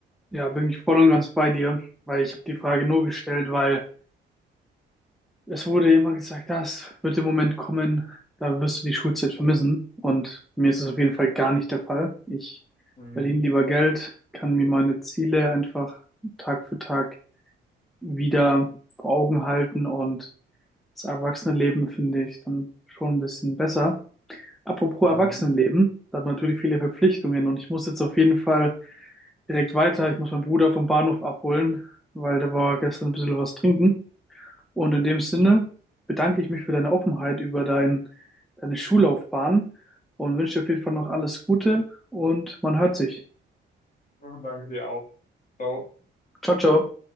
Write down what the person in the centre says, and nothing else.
Ja, bin ich voll und ganz bei dir, weil ich habe die Frage nur gestellt, weil es wurde ja immer gesagt, das wird der Moment kommen, da wirst du die Schulzeit vermissen. Und mir ist es auf jeden Fall gar nicht der Fall. Ich
verdiene lieber Geld, kann mir meine Ziele einfach Tag für Tag wieder vor Augen halten und das Erwachsenenleben finde ich dann schon ein bisschen besser. Apropos
Erwachsenenleben, da hat man natürlich viele Verpflichtungen und ich muss jetzt auf jeden Fall direkt weiter. Ich muss meinen Bruder vom Bahnhof abholen, weil der war gestern ein bisschen was trinken. Und in dem Sinne bedanke ich mich für deine Offenheit über dein, deine Schullaufbahn und wünsche dir auf jeden Fall noch alles Gute und man hört sich.
Ciao, ciao.